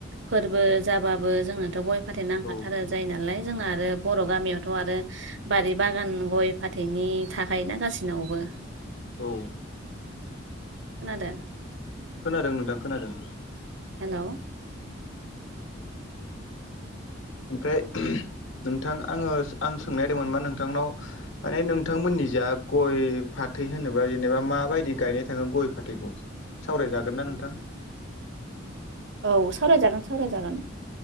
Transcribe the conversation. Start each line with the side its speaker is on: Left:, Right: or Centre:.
Right: फोरबो जाबाबो जोंनाथ' गय फााथेर नांखाथारो
Left: औ
Right: जायो नालाय जोंना आरो बर' गामियावथ' आरो बारि बागान गय फाथैनि थाखाय ना गासिनावबो
Left: औ
Right: खोनादों
Left: खोनादों नोंथां खोनादों
Right: हेल'
Left: <unintelligible> ओमफ्राय नोंथां आङो आं सोंनायदोंमोन मा नोंथांनाव माने नोंथांमोननि जा गय फाथै होनोबा जेनेबा माबायदि गायनाय थाङो गय फाथैखौ सावरायजागोन ना नोंथां <unintelligible>
Right: औ सावरायजागोन सावरायजागोन